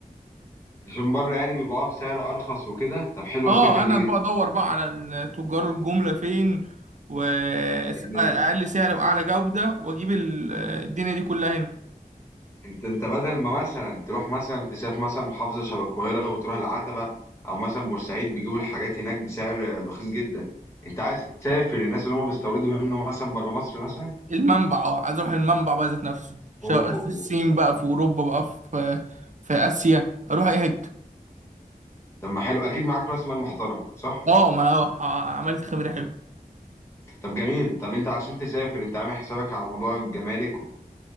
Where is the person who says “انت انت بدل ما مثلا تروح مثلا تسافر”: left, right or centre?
Left